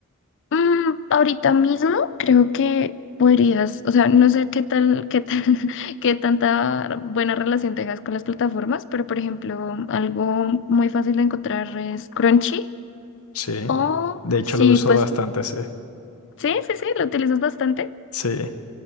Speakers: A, on the left; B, on the left.
A: Mm, ahorita mismo creo que podrías, o sea, no sé qué tal, qué tal, <laughs> qué tanta buena relación tengas con las plataformas, pero por ejemplo, algo muy fácil de encontrar es Crunchy
B: Sí,
A: o
B: de hecho
A: sí,
B: lo uso
A: pues
B: bastante,
A: sí,
B: sí.
A: sí, sí, lo utilizas bastante.
B: Sí,